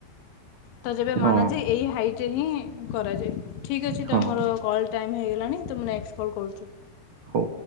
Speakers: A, on the left; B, on the right.
A: ତ ଯେବେ ମନା
B: ହଁ
A: ଯେ ଏଇ ହାଇଟ୍। ଯେ ହିଁ। କରାଯାଏ ଠିକ୍ ଅଛି।
B: ହଁ ହଁ
A: ତ ଆମର କଲ୍ ଟା ହେଇଗଲାଣି ତ ମୁଁ ନେକ୍ସଟ କଲ୍ କରୁଚି।
B: ହଉ।